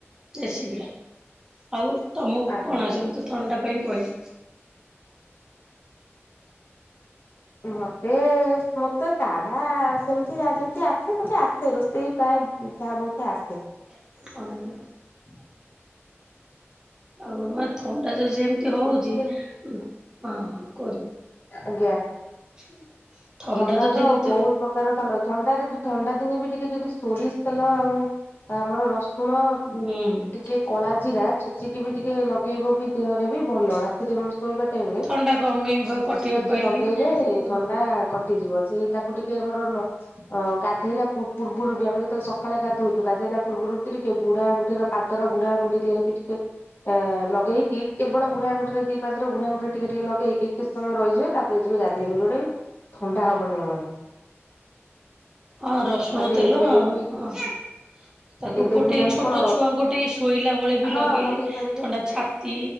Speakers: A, on the right (about 15°); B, on the left (about 50°).
A: ରେସିପି ଟା ଆଉ ତମକୁ
B: ଆଜ୍ଞା
A: କଣ ଆସେ ମୁଁ ତ ଥଣ୍ଡା ପାଇଁ କହିଲି।
B: ମତେ ମତେ କାଢା ସେମିତି ଯା ଯେମିତି ଆସେ ମତେ ଆସ ସେ ରୋଷେଇ ପ୍ରାୟ ଯାହା ବହୁତ ଆସେ।
A: ହ <inaudible>
B: <inaudible>
A: ଆଉ ମ ଥଣ୍ଡା ତ ଯେମିତି ହଉଛି
B: ମତେ
A: <unintelligible> କର
B: ଆଜ୍ଞା।
A: <inaudible>
B: ଥଣ୍ଡା ତ
A: ଯେମିତି
B: ବହୁତ ପ୍ରକାର ଥଣ୍ଡା ଥଣ୍ଡାରେ ବି ଥଣ୍ଡା ଦିନେ ବି ଟିକେ ଯଦି ସୋରି ତେଲ ଆଉ ଆମର ରସୁଣ ଉ
A: ହୁଁ
B: ଟିକେ କଳା ଜିରା ଛେଚିକି ବି ଟିକେ ଲଗେଇବ ବି ଦେହରେ ବି ଭଲରା ଶୋଇବା ଟାଇମରେ
A: ଥଣ୍ଡା କମେଇବା କଟିବା
B: ଟିକେ
A: ପାଇଁ
B: ଲଗେଇଲେ
A: କି ହଁ
B: ଥଣ୍ଡା କଟିଯିବ ସେଇଟାକୁ ଟିକେ ଆମର ଗାଧେଇଲା ପୂର୍ବରୁ ବି ଆମେ ତ ସକାଳେ ଗାଧୋଉଛି ଗାଧୋଇଲା ପୂର୍ବରୁ ଟିକେ ବୁଢା ଆଙ୍ଗୁଠିର ପାଦର ବୁଢା ଆଙ୍ଗୁଠିହରେ ବି ଟିକେ ଅ ଲଗେଇକି କେବଳ ବୁଢା ଆଙ୍ଗୁଠି ରେ ଦି ପାଦରେ ବୁଢା ଆଙ୍ଗୁଠି ରେ ଟିକେ ଟିକେ ଲଗେଇକି କିଛି ସମୟ ରହିଯିବେ ତାପରେ ଯିବେ ଗାଧେଇ <unintelligible> କି ଥଣ୍ଡା ହବନି ଆମକୁ।
A: ଅ ରସୁଣ
B: ତାପରେ
A: ତେଲ
B: ଏବେ
A: ହ
B: ବି
A: ତାକୁ
B: ଏବେ
A: ଫୁଟେଇକି
B: ବି ମାନେ
A: ଛୋଟ
B: କଣ
A: ଛୁଆଙ୍କଠେ ଶୋଇଲା ବେଳେ ବି
B: ହଁ
A: ଲଗେଇଲେ
B: ଲଗେଇ ପାରିବେ
A: ଥଣ୍ଡା ଛାତି